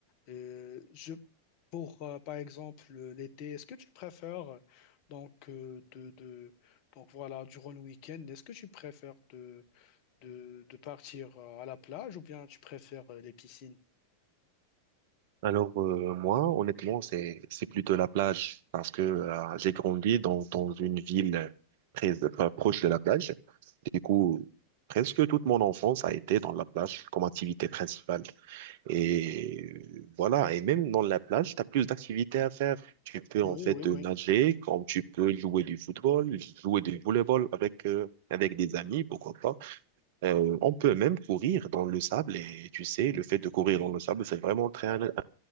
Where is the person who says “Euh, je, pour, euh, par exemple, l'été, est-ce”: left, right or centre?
Left